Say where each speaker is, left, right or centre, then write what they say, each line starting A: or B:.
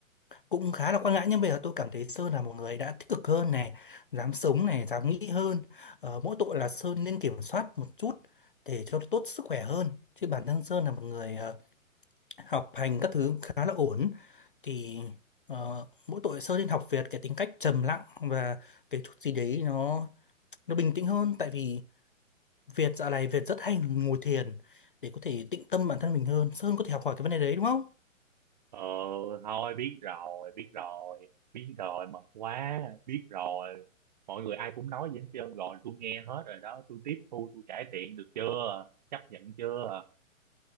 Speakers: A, on the left; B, on the right.
A: cũng khá là quan ngại nhưng bây giờ tôi cảm thấy Sơn là một người đã tích cực hơn này, dám sống này, dám nghĩ hơn. Ờ, mỗi tội là Sơn nên kiểm soát một chút để cho tốt sức khỏe hơn. Chứ bản thân Sơn là một người ờ, học hành các thứ khá là ổn. Thì ờ, mỗi tội Sơn nên học Việt cái tính cách trầm lặng và cái chút gì đấy nó nó bình tĩnh hơn. Tại vì Việt dạo này Việt rất hay ngồi thiền để có thể tịnh tâm bản thân mình hơn. Sơn có thể học hỏi cái vấn đề đấy đúng không?
B: Ờ thôi biết rồi, biết rồi, biết rồi, mệt quá, biết rồi. Mọi người ai cũng nói vậy hết trơn rồi, tôi nghe hết rồi đó, tôi tiếp thu, tôi cải thiện được chưa? Chấp nhận chưa?